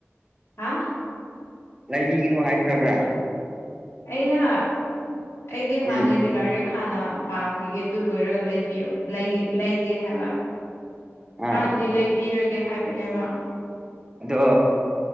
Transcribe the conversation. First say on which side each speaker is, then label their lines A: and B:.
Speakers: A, on the left; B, on the right.
A: ꯍꯥ
B: ꯂꯩꯕꯤꯒꯅꯣ ꯍꯥꯏꯈ꯭ꯔꯕ꯭ꯔꯥ
A: ꯑꯩꯅ ꯑꯩꯒꯤ
B: ꯎꯝ
A: ꯍꯥꯟꯅꯒꯤ ꯂꯥꯏꯔꯤꯛ ꯍꯥꯟꯅ ꯄꯥꯈꯤꯒꯦ ꯑꯗꯨ ꯂꯣꯏꯔꯒ ꯂꯩꯕꯤꯌꯣ ꯂꯩꯒꯦ ꯍꯥꯏꯕ
B: ꯑꯥ
A: ꯃꯥꯅꯗꯤ ꯂꯩꯕꯤꯔꯒꯦ ꯍꯥꯏꯕꯅꯦꯕ
B: ꯑꯗꯣ